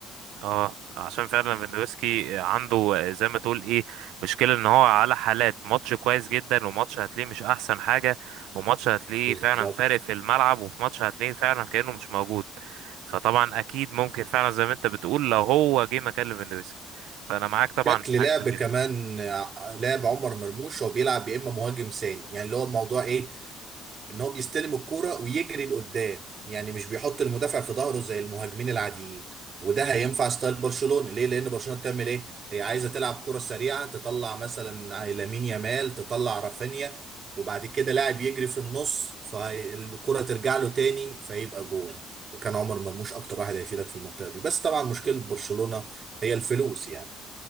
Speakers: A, on the right; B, on the right.
A: اه عشان فعلا فيندوفسكي عنده زي ما تقول ايه مشكلة ان هو على حالات ماتش كويس جدا وماتش هتلاقيه مش احسن حاجة وماتش هتلاقيه
B: بالظبط
A: فعلا فارق في الملعب وفي ماتش هتلاقيه فعلا كأنه مش موجود فطبعا اكيد ممكن فعلا زي ما انت بتقول لو هو جه مكان ليفاندوفسكي فانا معاك طبعا
B: شكل
A: في حاجة
B: لعب
A: زي كده
B: كمان آه، لعب عمر مرموش هو بيلعب يا اما مهاجم ثاني يعني اللي هو الموضوع ايه ان هو بيستلم الكوره ويجري لقدام يعني مش بيحط المدافع في ظهره زي المهاجمين العاديين وده هينفع ستايل برشلونه ليه لان برشلونه بتعمل ايه هي عايزه تلعب كره سريعه تطلع مثلا لامين يامال تطلع رافينيا وبعد كده لاعب يجري في النص فالكره ترجع له تاني فيبقى جون وكان عمر مرموش اكتر واحد هيفيدك في المنطقه دي بس طبعا مشكله برشلونه هي الفلوس يعني